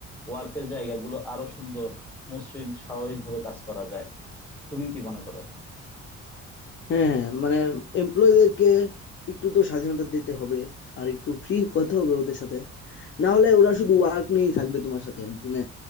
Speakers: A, in the centre; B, on the left.
A: ওয়ার্কের জায়গাগুলো আরো সুন্দর মসৃণ স্বাভাবিকভাবে কাজ করা যায় তুমি কি মনে করো
B: হ্যাঁ হ্যাঁ মানে এমপ্লয়ীদেরকে একটু তো স্বাধীনতা দিতে হবে আর একটু ফ্রি কথা হবে ওদের সাথে না হলে ওরা শুধু ওয়ার্ক নিয়েই থাকবে তোমার সাথে মানে